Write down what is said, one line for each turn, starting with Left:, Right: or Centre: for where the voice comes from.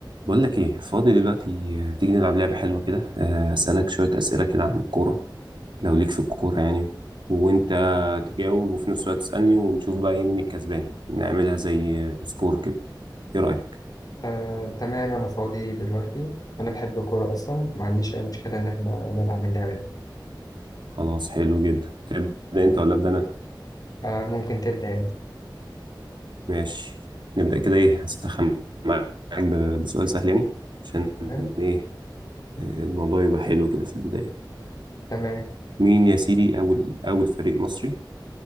Right: بقول لك ايه فاضي دلوقتي آه، تيجي نلعب لعبة حلوة كده آه، اسألك شوية أسئلة كده عن الكورة لو ليك في الكورة يعني وانت تجاوب وفي نفس الوقت تسألني ونشوف بقى ايه مين الكسبان نعملها زي آه، سكور كده ايه رأيك
Left: آه، تمام أنا فاضي دلوقتي وأنا بحب الكورة أصلا ما عنديش أي مشكلة إن إحنا نلعب اللعبة دي
Right: خلاص حلو جدا تبدأ انت ولا أبدأ انا
Left: آه، ممكن تبدأ أنت
Right: ماشي نبدأ كده ايه هسخن معاك ب- بسؤال سهل يعني عشان
Left: تمام
Right: ايه آه، الموضوع يبقى حلو كده في البداية
Left: تمام
Right: مين يا سيدي أول أول فريق مصري